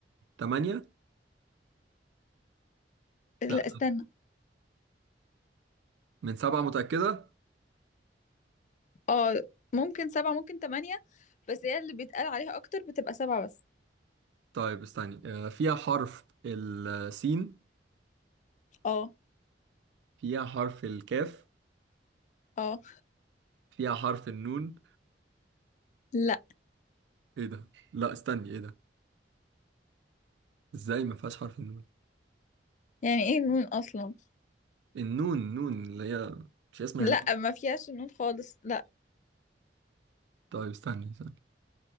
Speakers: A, on the right; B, on the left.
A: تمانية
B: لا
A: لا
B: استنى
A: من سبعة متأكدة؟
B: اه ممكن سبعة ممكن تمانية بس هي اللي بيتقال عليها أكتر بتبقى سبعة بس
A: طيب استني آه، فيها حرف السين
B: اه
A: فيها حرف الكاف
B: اه
A: فيها حرف النون
B: لا
A: ايه ده لا استني ايه ده ازاي ما فيهاش حرف النون
B: يعني ايه النون أصلا
A: النون نون اللي هي مش اسمها
B: لا
A: نون
B: ما فيهاش النون خالص لا
A: طيب استني استني